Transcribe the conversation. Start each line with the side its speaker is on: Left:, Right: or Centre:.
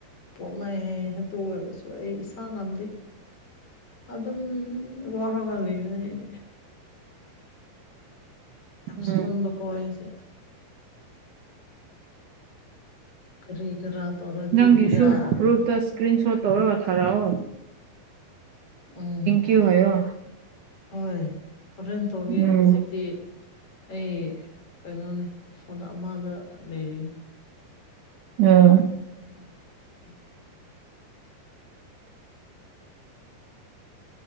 Left: ꯄꯣꯛꯅꯩ ꯍꯥꯏꯌꯦ ꯑꯗꯨ ꯑꯣꯏꯔꯁꯨ ꯑꯩ ꯏꯁꯥ ꯉꯝꯗꯦ ꯑꯗꯨꯝ ꯋꯥꯔꯒ ꯂꯩꯅꯦꯗꯤ ꯌꯥꯝ
Right: ꯎꯝ
Left: ꯁꯣꯟꯕꯀꯣ ꯑꯩꯁꯦ ꯀꯔꯤ ꯀꯔꯥ ꯇꯧꯔꯗꯤ
Right: ꯅꯪꯒꯤꯁꯨ
Left: ꯕꯤꯔꯥꯅꯇ
Right: ꯒ꯭ꯔꯨꯞꯇ ꯏꯁꯀ꯭ꯔꯤꯟ
Left: ꯊꯣꯛ
Right: ꯁꯣꯠ ꯇꯧꯔꯒ ꯊꯥꯔꯛꯑꯣ
Left: ꯎꯝ
Right: ꯀ ꯍꯥꯏꯣ
Left: ꯍꯣꯏ ꯍꯣꯔꯦꯟ ꯇꯧꯒꯦ
Right: ꯎꯝ
Left: ꯍꯧꯖꯤꯛꯇꯤ ꯑꯩ ꯀꯩꯅꯣꯅꯦ ꯐꯣꯟ ꯑꯃꯗ ꯂꯩꯔꯤ
Right: ꯎꯝ
Left: <inaudible>